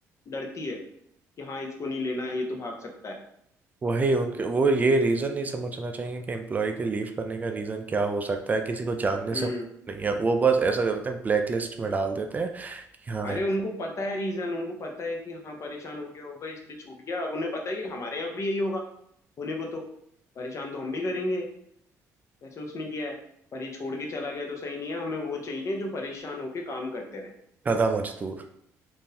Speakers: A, on the left; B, on the right.
A: डरती है कि हाँ इसको नहीं लेना ये तो भाग सकता है
B: वही उनके वो ये रीजन नहीं समझना चाहिए कि एम्प्लॉय के लीव करने का रीजन क्या हो सकता है किसी को जानने
A: हम्म
B: से नहीं है वो बस ऐसा कर देते हैं ब्लैक लिस्ट में डाल देते हैं कि हाँ
A: अरे
B: ये
A: उनको पता है रीजन उनको पता है कि हाँ परेशान हो गया होगा इसलिए छूट गया अब उन्हें पता है कि हमारे यहाँ भी यही होगा होने को तो परेशान तो हम भी करेंगे ऐसे उसने किया है पर ये छोड़ के चला गया तो सही नहीं है हमें वो चाहिए जो परेशान होके काम करते रहे
B: गधा मजदूर